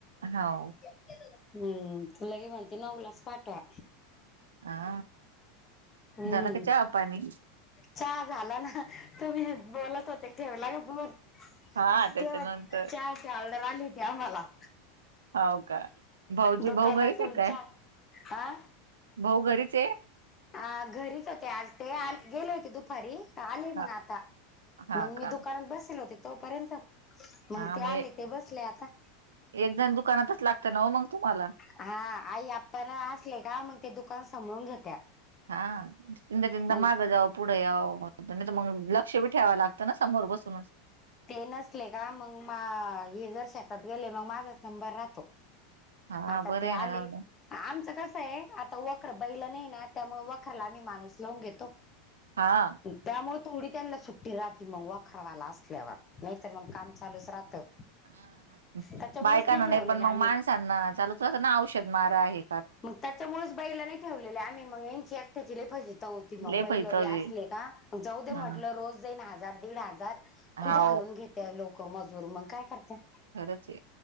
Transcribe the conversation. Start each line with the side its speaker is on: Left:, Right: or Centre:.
Right: हो
Left: हम्म तुला हेी म्हणती नऊलाच पाठवा
Right: हा
Left: हम्म
Right: झाला का चहा पाणी
Left: चहा झाला ना तुम्ही बोलत होते ठव लाग पर
Right: हा त्याच्यानंतर
Left: तेव्हा चार हदर आली होती आम्हाला
Right: हो का भाऊजी
Left: दुकानातून
Right: भाऊ घरीच आहे काय
Left: चहा हा
Right: भाऊ घरीच आहे
Left: अ घरीच होते आज ते आ गेले होते दुपारी. आलेय
Right: हा
Left: मग आता
Right: हा
Left: मग
Right: का
Left: मी दुकानात बसेल होते तोपर्यंत.
Right: हा
Left: ते
Right: मग
Left: आले ते बसले आता
Right: एक जण दुकानातच लागत ना हो मग तुम्हाला.
Left: हा आई आपण असले का मग ते दुकान सभाळून घेत्या.
Right: हा त तदा
Left: मग
Right: मागं जाव पुढे याव नाही तर मग. शक्षेप ठेवा लागतं ना समोर बसूनच.
Left: ते नसले का मग मा हे जर शेतात गेले मग माझाच नंबर राह.
Right: हा
Left: आता
Right: बरं
Left: ते
Right: आहे ना
Left: आले.
Right: जाऊ द्या.
Left: आमचं कसं आहे आता वखर बैलं नाही ना त्यामुळे वखरला आम्ही माणूस लावून घेतो.
Right: हा.
Left: त्यामुळे तेवडीी त्यांना सुट्टी राती मंगवा खरवायला असल्यावर. नाहीतर मग काम चालूच राहतं.
Right: ह
Left: त्याच्यामुळेच
Right: बायकांना
Left: ठेवलेले
Right: नाही पण मग
Left: आम्ही
Right: माणसांना चालू त असं ना औषध मार आहे.
Left: मग त्याच्यामुळेच बैलाने ठेवलेले आम्ही मग यांची एकट्याचीलेफजिता होती मग
Right: लय
Left: बैल
Right: फैतावते
Left: बी असले का. जाौ म्हटलं
Right: हा
Left: रोज जाईन हजार दीड हजार.
Right: हाव
Left: कुद आणून घेते लोक मजूर मग काय करते.
Right: खरच आहे